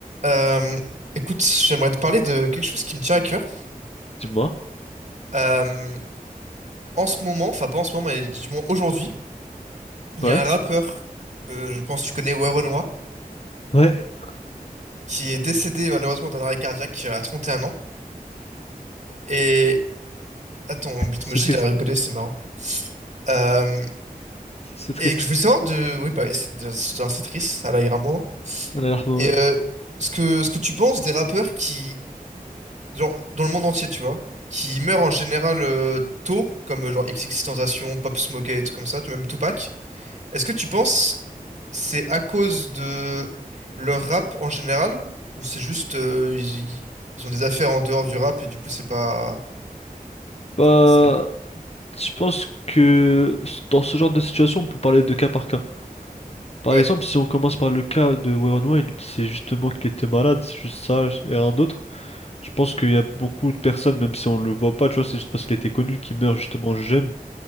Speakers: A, on the right; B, on the left.
A: Euh, écoute, j'aimerais te parler de quelque chose qui me tient à cœur.
B: Dis-moi.
A: Euh, en ce moment, enfin pas en ce moment, mais du moins aujourd'hui, il
B: Ouais.
A: y a un rappeur, que je pense que tu connais, Werenoi,
B: Ouais,
A: qui est décédé malheureusement d'un arrêt cardiaque euh, à 31 ans. Et attends, mon Bitmoji,
B: c'est triste.
A: il a rigolé, c'est marrant. Euh,
B: C'est triste.
A: et que je voulais savoir de, oui bah oui, c'est de- c'est d'un- c'est triste, à Iramo.
B: Allah yarhamou,
A: Et
B: ouais.
A: euh, ce que ce que tu penses des rappeurs qui, genre dans le monde entier, tu vois, qui meurent en général euh, tôt, comme euh, genre XXXTentacion, Pop Smoke et tout comme ça, tu vois, même Tupac Est-ce que tu penses c'est à cause de leur rap en général ou c'est juste euh, ils, ils ont des affaires en dehors du rap et du coup c'est pas
B: Bah,
A: c'est-
B: je pense que dans ce genre de situation, on peut parler de cas par cas. Par
A: ouais
B: exemple, si on commence par le cas de Wayron Wild, c'est justement qu'il était malade, c'est juste ça et rien d'autre. Je pense qu'il y a beaucoup de personnes, même si on le voit pas, tu vois, c'est juste parce qu'il était connu, qui meurt justement jeune,